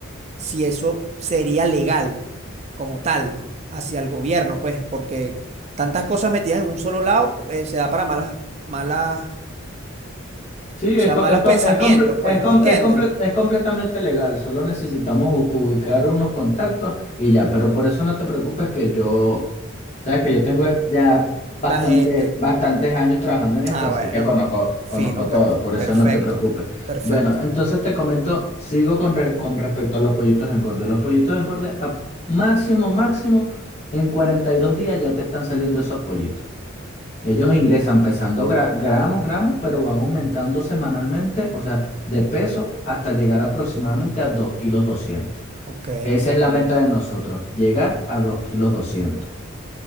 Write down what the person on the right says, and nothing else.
si eso sería legal como tal hacia el gobierno, pues, porque tantas cosas metidas en un solo lado eh, se da para malas, malas,
o
sea,
malos
pensamientos,
pues,
¿me entiendes?
La gente.
Ah,
bueno,
fino,
per-
perfecto,
perfecto.
Ok.